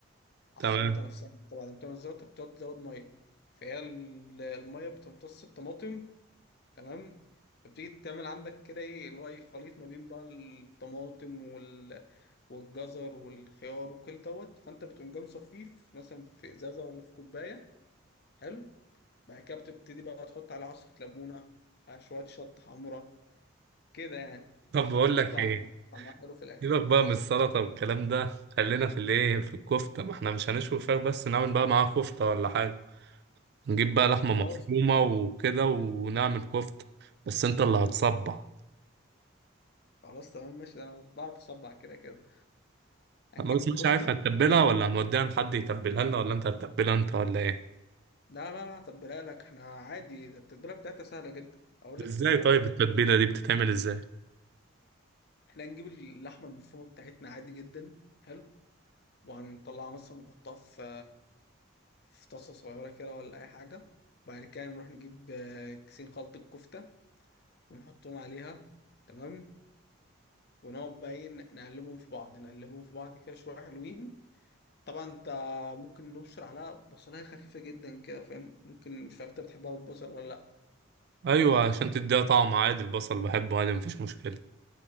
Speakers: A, on the left; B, on the right.
A: على
B: تمام
A: السلطه نفسها انت بعد ما تعمل السلطه بتقعد تزود ميه فهي ال- الميه بتمتص الطماطم تمام فبتيجي تعمل عندك كده ايه اللي هو ايه خليط ما بين بقى الطماطم وال والجزر والخيار وكل دوت فانت بتقوم جاي مصفيه في- مثلا في ازازه ولا في كوبايه حلو بعد كده بتبتدي بقى تحط عليه عصرة ليمونة على شوية شطة حمرا كده يعني
B: طب بقول
A: تطلع
B: لك ايه
A: مع- طعمها حلو في الآخر
B: سيبك بقى من السلطة والكلام ده خلينا في الايه في الكفتة ما احنا مش هنشوي فراخ بس نعمل بقى معاها كفتة ولا حاجة نجيب بقى لحمة
A: خلاص
B: مفرومة
A: ماشي
B: وكده ونعمل كفتة بس انت اللي هتصبع
A: خلاص تمام ماشي ده أنا بعرف أصبع كده كده هنجيب
B: خلاص
A: الكفتة
B: مش عارف هتتبلها
A: لا
B: ولا هنوديها لحد يتبلها لنا ولا انت هتتبلها انت ولا ايه
A: لا لا لا، تبلها لك احنا عادي ده التتبيلة بتاعتها سهلة جدا أقول لك
B: ازاي
A: التتبيلة
B: طيب
A: بتاعتها
B: التتبيلة
A: بتتبل.
B: دي بتتعمل ازاي
A: احنا هنجيب اللحمة المفرومة بتاعتنا عادي جدا حلو وهنطلعها مثلا نحطها في في طاسة صغيرة كده ولا أي حاجة بعد كده نروح نجيب آه، كيسين خلطة كفتة ونحطهم عليها تمام ونقعد بقى ايه ن- نقلبهم في بعض نقلبهم في بعض كده شويه حلوين طبعا انت ممكن نبشر عليها بصلايه خفيفه جدا كده فاهم ممكن مش عارف انت بتحبها بالبصل ولا لا
B: ايوه عشان تديها طعم عادي البصل بحبه عادي مفيش مشكلة